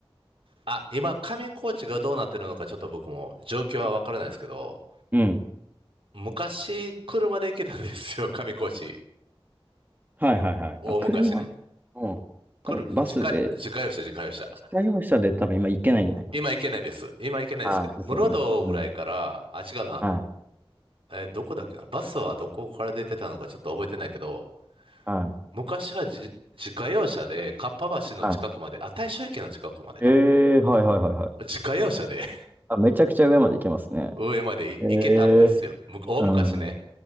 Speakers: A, on the right; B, on the right.
A: あ、今、上高地がどうなってるのか、ちょっと僕も状況はわからないですけど、
B: うん。
A: 昔、車で行けたんですよ、<laughs> 上高地。
B: はいはいはい。
A: 大昔ね。
B: あ、車も、
A: 来る、
B: 多分バスで、
A: 自家、自家用車、自家用車。
B: 自家用車で多分今行けないんじゃないか
A: 今行けないです。今行けないですけど、
B: な。はい、ですよね。
A: 室堂ぐらいから、
B: うん。
A: あ、違うな。
B: はい、
A: え、どこだっけなバスはどこから出てたのかちょっと覚えてないけど、
B: はい、
A: 昔はじ、自家用車で、かっぱ橋の近くまで、
B: はい。
A: あ、大正駅の近くまでかな
B: えー、はいはいはいはい。
A: 自家用車で
B: あ、めちゃくちゃ上まで行けますね。
A: <laughs> 上までい行けたんですよ。
B: えー、
A: む、大昔ね。
B: うん。